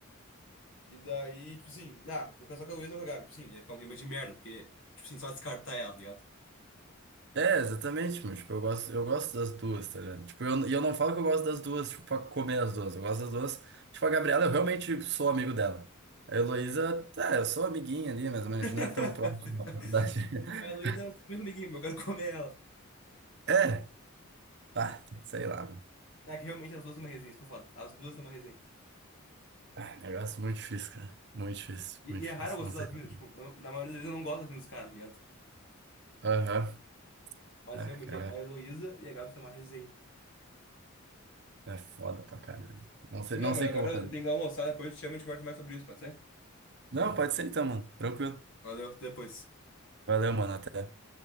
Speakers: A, on the left; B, on the right.
A: E daí, tipo assim, nah, vou casar com a Luísa ou com a Gabi, tipo Sim, assim. ia ficar um clima de merda, porque, tipo assim, só descartar ela, tá ligado?
B: É, exatamente, mas, tipo, eu gosto, eu gosto das duas, tá ligado? Tipo, eu, e eu não falo que eu gosto das duas, tipo, pra comer as duas. Eu gosto das duas. Tipo, a Gabriela, eu realmente sou amigo dela. A Heloísa, tá, eu sou amiguinha ali, mas, mas
A: <laughs>
B: não é tão próximo da faculdade. <laughs>
A: A Luísa é um super amiguinho, eu quero comer ela.
B: É, ah, sei lá, mano.
A: É que realmente as duas são uma resenha, isso que eu falo. As duas são uma resenha.
B: Ah, negócio muito difícil, cara. Muito difícil,
A: E,
B: muito
A: e
B: difícil.
A: é raro eu gostar
B: Não sei.
A: das
B: como-
A: minas, tipo, na, na maioria das vezes eu não gosto das minas dos caras, tá ligado?
B: Aham.
A: Mas
B: Ah,
A: realmente
B: cara,
A: a Heloísa e a Gabi são uma resenha.
B: é foda pra caralho. Não sei,
A: Meu,
B: não
A: mano,
B: sei
A: agora
B: o que eu vou fazer.
A: eu tenho que almoçar, depois eu te chamo e a gente conversa mais sobre isso, pode ser?
B: Não, pode ser então, mano. Tranquilo.
A: Valeu, até depois.
B: Valeu, mano. Até.